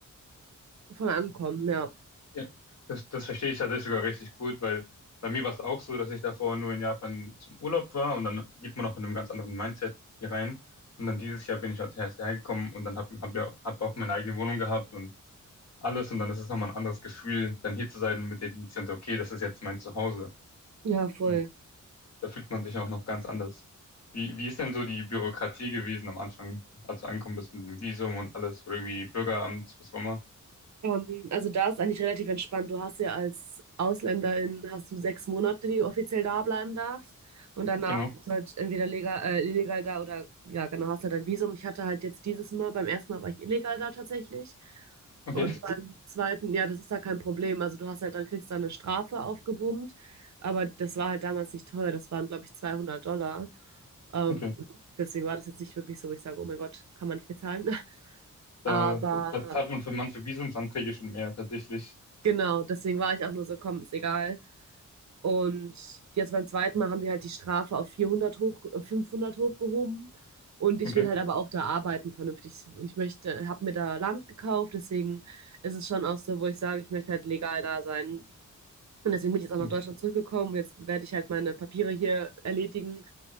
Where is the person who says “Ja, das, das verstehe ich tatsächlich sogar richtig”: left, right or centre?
Left